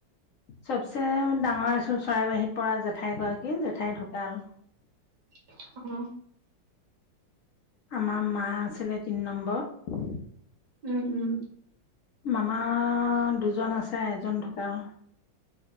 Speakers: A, on the left; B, on the right.
A: চবচে ডাঙৰ আছিল চৰাইবাহীত পৰা জেঠাইগৰাকী, জেঠাই ঢুকাল।
B: অঁ,
A: আমাৰ মা আছিলে তিনি নম্বত।
B: উম, উম।
A: মামা দুজন আছে, এজন ঢুকাল।